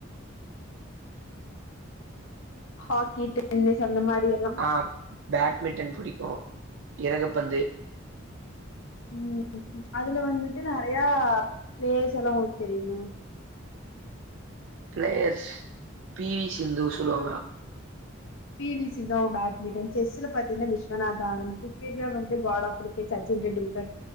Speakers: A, on the left (about 80°); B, on the right (about 70°).
A: ஹாக்கி, டென்னிஸ் அந்த மாரி எல்லா
B: ஆ பேட்மிட்டன் பிடிக்கு இறகுப்பந்து
A: ம் அதுல வந்துட்டு நெறையா ப்ளேயர்ஸ் எல்லா உங்களுக் தெரியுமா
B: ப்ளேயர்ஸ் பி வி சிந்து சொல்லுவாங்க
A: பி வி சிந்து அவங் பேட்மிட்டன், செஸ்ல பாத்தீங்னா விஸ்வநாத் ஆனந்து க்ரிக்கெட்ல வந்து கோடா புடிக்கு சச்சின் டெண்டுல்கர்,